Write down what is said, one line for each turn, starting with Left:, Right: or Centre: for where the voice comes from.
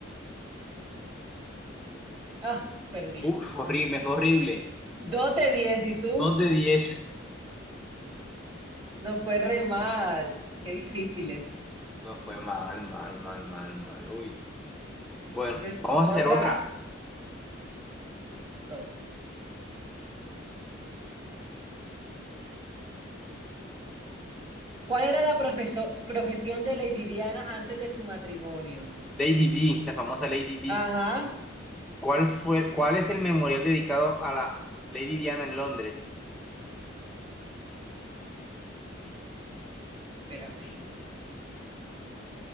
Right: Ah, perdí.
Centre: Uf, horrible, fue horrible.
Right: Dos de diez, ¿y tú?
Centre: Dos
Right: <laughs>
Centre: de diez.
Right: No fue re mal. Qué difícil difíciles.
Centre: No fue mal, mal, mal, mal, mal. Uy, Bueno,
Right: Entonces,
Centre: vamos
Right: otra,
Centre: a hacer otra.
Right: listo. ¿Cuál era la profeso- profesión de Lady Diana antes de su matrimonio?
Centre: Lady D, la famosa Lady D.
Right: Ajá,
Centre: ¿Cuál fue, cuál es el memorial dedicado a la Lady Diana en Londres?
Right: espérame.